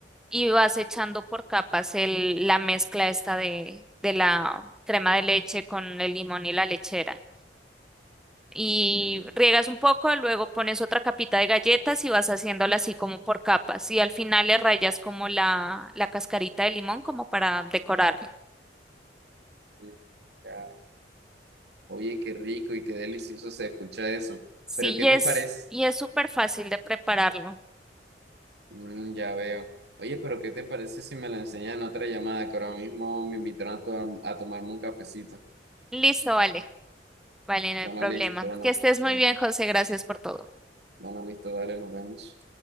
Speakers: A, in the centre; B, on the right (about 65°).
A: y vas echando por capas el, la mezcla esta de, de la crema de leche con el limón y la lechera. Y
B: mm,
A: riegas un poco, luego pones otra capita de galletas y vas haciéndola así como por capas. Y al final le rayas como la, la cascarita de limón como para decorarla.
B: mm, ya. Oye, qué rico y qué delicioso se escucha eso.
A: Sí,
B: Pero ¿qué
A: y
B: te
A: es,
B: parece?
A: y es súper fácil de prepararlo.
B: Mm, ya veo. Oye, pero ¿qué te parece si me la enseñan en otra llamada? Que ahora mismo me invitaron a, to- a tomarme un cafecito.
A: Listo, vale. Vale, no
B: Bueno,
A: hay problema.
B: listo, no,
A: Que estés
B: no,
A: muy bien, José. Gracias por todo.
B: bueno, listo, dale, nos vemos.